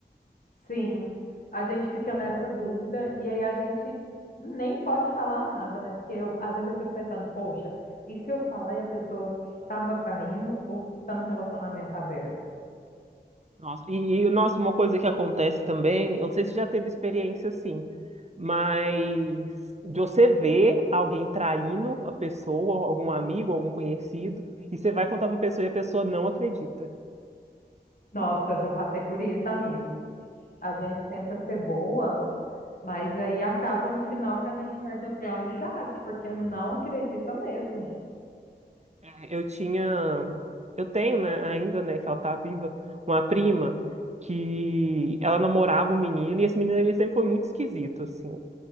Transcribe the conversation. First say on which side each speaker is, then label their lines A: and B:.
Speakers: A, on the left (about 55°); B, on the right (about 40°).
A: Sim, a gente fica nessa dúvida e aí a gente nem pode falar nada, né? Porque eu, às vezes eu fico pensando, poxa, e se eu falar e a pessoa estava traindo ou está num relacionamento aberto?
B: Nossa, e, e nossa, uma coisa que acontece também, eu não sei se já teve experiência assim, mas de você ver alguém traindo a pessoa, algum amigo, algum conhecido, e você vai contar pra pessoa e a pessoa não acredita.
A: Nossa, eu já passei por isso, amigo. a gente tenta ser boa, mas aí acaba no final que a gente perde até a amizade, porque não acredita mesmo.
B: É, Eu tinha, eu tenho, né, ainda, né, que ela tá viva, uma prima que ela namorava um menino, e esse menino ele sempre foi muito esquisito, assim,